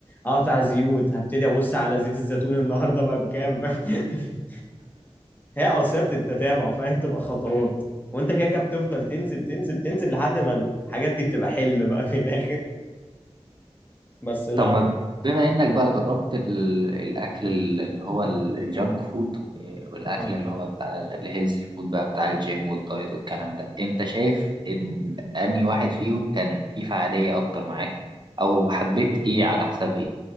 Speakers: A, on the left; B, on the right.
A: هقطع زيوت هبتدي ابص على زيت الزيتون النهارده بقى بكام <laughs> هي اصل هي بتتتابع فهي بتبقى خطوات وانت كده كده بتفضل تنزل تنزل تنزل لحد ما الحاجات دي بتبقى حلم بقى في الاخر بس لا
B: طب ما بما إنك بقى جربت ال... الأكل اللي هو ال- الجانك فود والأكل
A: لا.
B: اللي هو بقى الهيلثي فود بقى بتاع الجيم والدايت والكلام ده أنت شايف إن أنهي واحد فيهم كان فيه فعالية أكتر معاك أو حبيت إيه على حساب